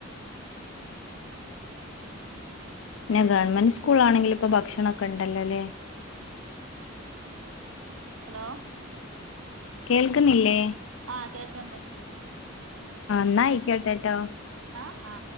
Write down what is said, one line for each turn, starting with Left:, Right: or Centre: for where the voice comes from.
Left: പിന്നെ ഗവൺമെന്റ് സ്കൂളിലാണെങ്കിൽ പ്പൊ ഭക്ഷണൊക്കെ ണ്ടല്ലോല്ലേ.
Right: ഹലോ
Left: കേൾക്കുന്നില്ലേ
Right: ആഹ് കേക്ക്ണ്ട്
Left: ന്നായിക്കോട്ടെട്ടോ
Right: ആ